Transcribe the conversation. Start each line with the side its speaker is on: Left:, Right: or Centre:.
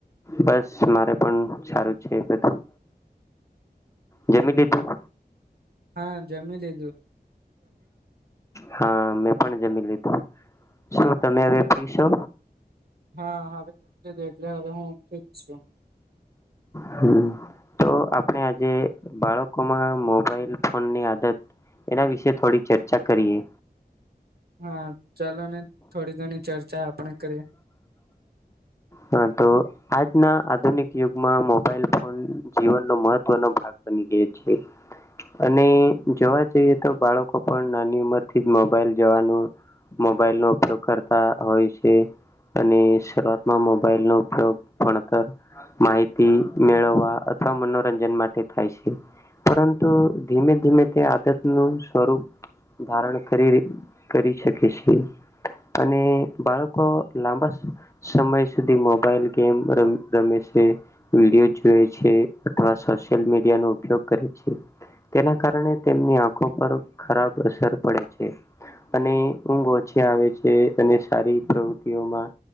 Left: બસ મારે પણ સારું છે બધું જમી લીધું?
Right: હા જમી લીધું
Left: હા મે પણ જમી લીધું શું તમે હવે ફ્રી શો?
Right: હા હવે જમી લીધુ એટલે હવે હું ઠીક છું.
Left: હ તો આપણે આજે બાળકોમાં મોબાઈલ ફોનની આદત એના વિશે થોડી ચર્ચા કરીએ
Right: હા ચાલો ને થોડી ઘણી ચર્ચા આપણે કરીએ
Left: હા તો આજના આધુનિક યુગમાં મોબાઈલ ફોન જીવનનો મહત્વનો ભાગ બને ગયો છે. અને જોવા જઈએ તો બાળકો પણ નાની ઉંમરથી જ મોબાઈલ જોવાનું મોબાઈલનો ઉપયોગ કરતા હોય છે, અને શરૂઆત મા મોબાઈલનો ઉપયોગ ભણતર માહિતી મેળવવા અથવા મનોરંજન માટે થાય છે. પરંતુ ધીમે ધીમે તે આદતનું સ્વરૂપ ધારણ કરીરી કરી શકે છે, અને બાળકો લાંબા સમય સુધી મોબાઈલ ગેમ રમ રમે છે, વિડીયો જોય છે, અથવા સોશિલ મીડિયાનો ઉપયોગ કરે છે. તેના કારણે તેમની આંખો પર ખરાબ અસર પડે છે. અને ઊંઘ ઓછી આવે છે, અને સારી પ્રવૃતિઓમાં